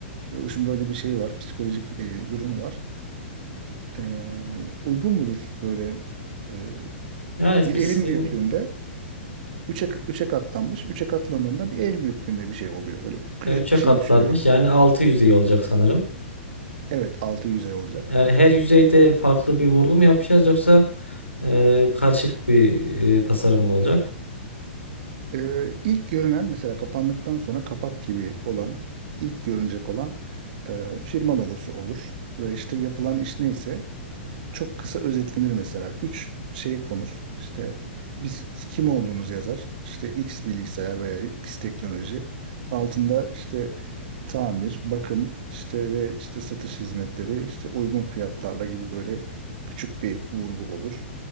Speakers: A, on the right (about 45°); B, on the left (about 90°).
A: bu böyle bir şeyi var. Psikolojik e, durumu var. E, uygun mudur böyle e,
B: Yani
A: bir
B: biz
A: elin
B: sizin
A: büyüklüğünde üçe, üçe katlanmış. Üçe katlandığında bir el büyüklüğünde bir şey oluyor. Böyle küçücük
B: 3'e
A: bir
B: katlanmış
A: şey düşünüyorum.
B: yani 6 yüz iyi olacak sanırım.
A: Evet altı yüzey olacak.
B: Yani her yüzeyde farklı bir vurgu mu yapacağız yoksa e, karışık bir e, tasarım mı olacak?
A: Ee, ilk görünen mesela kapandıktan sonra kapak gibi olan ilk görünecek olan e, firma logosu olur ve işte yapılan iş neyse çok kısa özetlenir mesela. Üç şey konur. İşte biz kim olduğunuz yazar. İşte X bilgisayar veya X teknoloji. Altında işte tamir, bakım işte ve işte satış hizmetleri işte uygun fiyatlarla gibi böyle küçük bir vurgu olur.